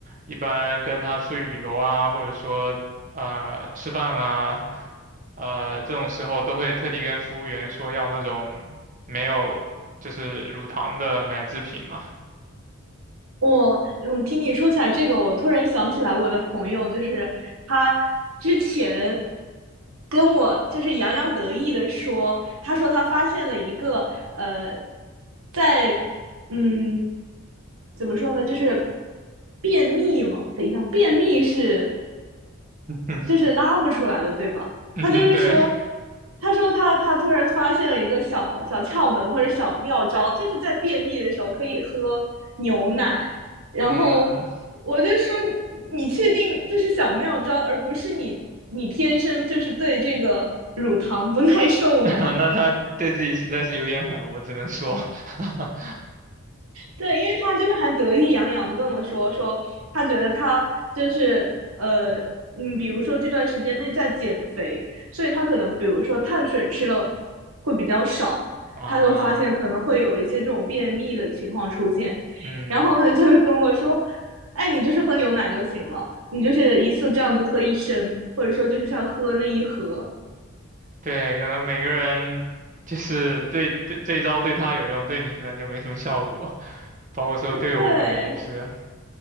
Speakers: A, on the right; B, on the right.
A: 一般跟他出去旅游啊，或者说呃吃饭啊，呃这种时候都会特地跟服务员说要那种没有就是乳糖的奶制品嘛。
B: 我嗯，听你说起来这个，我突然想起来我的朋友，就是他之前跟我就是洋洋得意的说，他说他发现了一个呃，在嗯怎么说呢，就是便秘嘛。等一下，便秘是
A: <laughs>
B: 就是拉不出来的，对吧？
A: 嗯，
B: 他就是说，
A: 对，
B: 他说他他突然发现了一个小小窍门或者小妙招，就是在便秘的时候可以喝牛奶。然后
A: 嗯，
B: 我就说，你确定这是小妙招，而不是你你天生就是对这个乳糖不耐受吗？
A: <laughs> 那他对自己实在是有点狠，我只能说，<laughs>
B: 对，因为他就是还得意洋洋的跟我说，说他觉得他就是呃，嗯，比如说这段时间内在减肥，所以他可能比如说碳水吃的会比较少，
A: 啊，
B: 他就发现可能会有一些这种便秘的情况出现，
A: 嗯，
B: 然后他就跟我说，哎，你就是喝牛奶就行了，你就是一次这样子喝一升，或者说就是像喝那一盒，
A: 对，可能每个人就是对对这一招对他有用，对你可能就没什么效果，包括说对我可能也是，
B: 对，